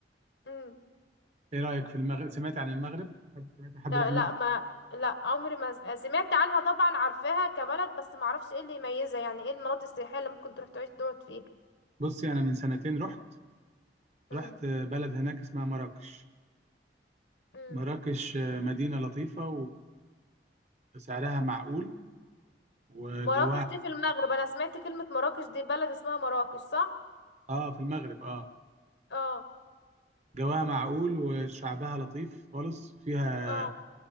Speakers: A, on the left; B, on the right.
A: مم.
B: ايه رأيك في المغرب سمعت عن المغرب حد سمعت حد
A: لا
B: راح المغرب
A: لا ما لا عمري ما س- سمعت عنها طبعا عارفاها كبلد بس ما اعرفش ايه اللي يميزها يعني ايه المناطق السياحيه اللي ممكن تروح تعيش تقعد فيها
B: بصي انا من سنتين رحت
A: امم
B: رحت بلد هناك اسمها مراكش
A: امم
B: مراكش مدينة لطيفة وسعرها معقول وجواها
A: مراكش دي في المغرب انا سمعت كلمه مراكش دي بلد اسمها مراكش صح
B: اه في المغرب اه
A: اه
B: جواها معقول وشعبها لطيف خالص فيها
A: اه